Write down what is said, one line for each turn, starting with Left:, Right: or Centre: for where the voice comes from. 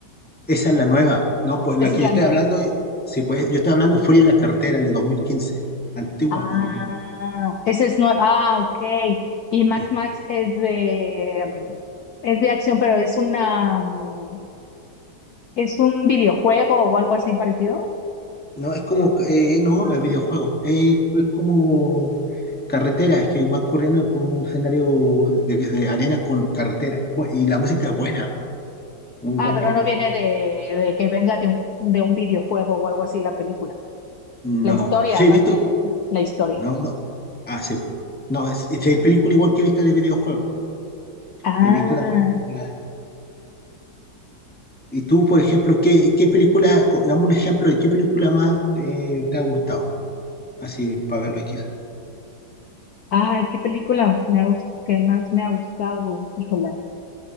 Centre: Esa es la nueva, ¿no? Pues
Left: esa
Centre: la que
Left: es la
Centre: yo estoy
Left: nueva.
Centre: hablando, es- sí, pues yo estoy hablando Furia en la carretera, el de 2015, antigua
Left: Ah,
Centre: más o menos.
Left: esa es nueva, ah, ok. Y Max
Centre: Mm.
Left: Max es de, mm, es de acción, pero es una, mm, es un videojuego o algo así parecido.
Centre: No, es como, eh, no, no es videojuego, es, es como carreteras que van corriendo por un escenario de, de arena con carretera. Bu- y la música es buena, muy
Left: Ah,
Centre: buena
Left: pero
Centre: la
Left: no
Centre: música.
Left: viene de, de que venga de un, de un videojuego o algo así la película.
Centre: No,
Left: La historia,
Centre: sí
Left: más
Centre: he visto,
Left: bien, la historia.
Centre: no, no, ah, sí. No, es- es- hay películas igual que he visto de videojuegos,
Left: Ah,
Centre: he visto también películas. Y tú, por ejemplo, ¿qué, qué película, co- dame un ejemplo de qué película más eh, te ha gustado? Así, para verlo aquí.
Left: ay, qué película me ha, gus- que más me ha gustado, híjola.